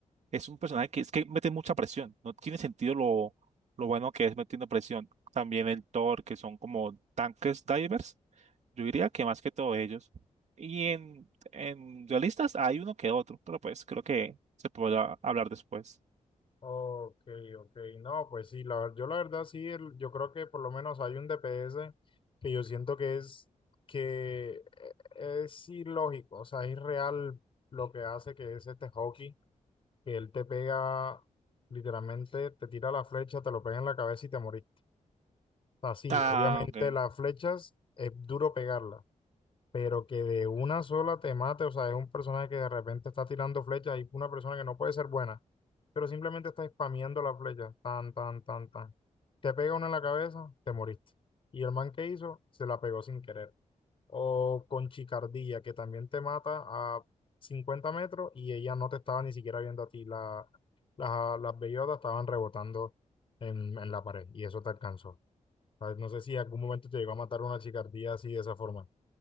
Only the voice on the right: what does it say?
es un personaje que es que mete mucha presión. No tiene sentido lo, lo bueno que es metiendo presión. También el Thor, que son como tanques divers. Yo diría que más que todo ellos. Y en, en duelistas hay uno que otro, pero pues creo que se podrá hablar después.
Ah,
ok.